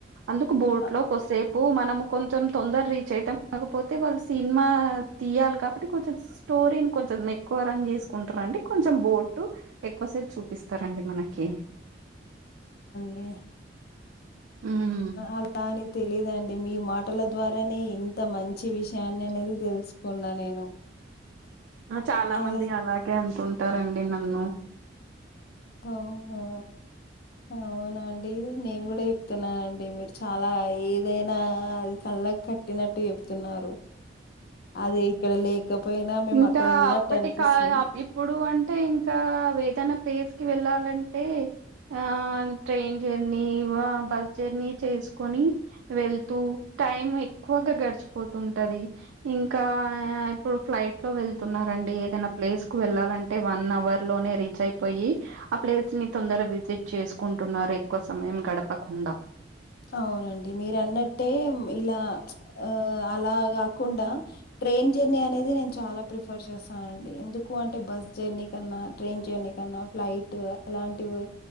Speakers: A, on the right; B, on the left.
A: అందుకు బోట్
B: అ-
A: లో కొస్సేపు మనము కొంచెం తొందర్ రీచ్ అయితాం కాకపోతే వాళ్ళ్ సినిమా తీయాలి కాబట్టి కొంచెం స్టోరీన్ కొ చెం ఎక్కువ రన్ జేసుకుంటారండి కొంచెం బోటు ఎక్కువసేపు చూపిస్తారండి మనకి
B: ని
A: ఉమ్
B: అలాని తెలీదండి మీ మాటల ద్వారానే ఇంత మంచి విషయాన్ని అనేది తెలుసుకున్నా నేను అ-
A: చాలా
B: అలా
A: మంది అలాగే అంటుంటారండి నన్ను
B: ఓ ఓ అవునండి నేను గూడ చెప్తున్నానండి మీరు చాలా ఏదైనా అది కట్టినట్టు చెప్తున్నారు అదే ఇక్కడ లేకపోయినా మేము
A: ఇంకా
B: అక్కడ ఉన్నట్టు
A: అప్పటి
B: అనిపిస్తుంది
A: కా ఇప్పుడు అంటే ఇం కా వేదనా ప్లేస్ కి వెళ్ళాలంటే ఆ ట్రైన్ జర్నీ వ బస్ జర్నీ చేసుకొని వెళ్తూ టైమ్ ఎక్కువగా గడిచిపోతుంటది ఇంకా ఇప్పుడు ఫ్లైట్ లో వెళ్తున్నరండి ఏదన ప్లేస్ వెళ్ళాలంటే వన్ అవర్ లోనే రీచ్ అయిపొయి ఆ ప్లేస్ ని తొందర విజిట్ చేసుకుంటున్నారు ఎక్కువ సమయం గడపకుండా
B: అవునండి మీరు అన్నట్టే ఇలా ఆ అలా గాకుండా ట్రైన్ జర్నీ అనేది నేను చాలా ప్రిఫర్ చేస్తానండి ఎందుకు అంటే బస్ జర్నీ కన్నా ట్రైన్ జర్నీ ఫ్లైట్ అలాంటివి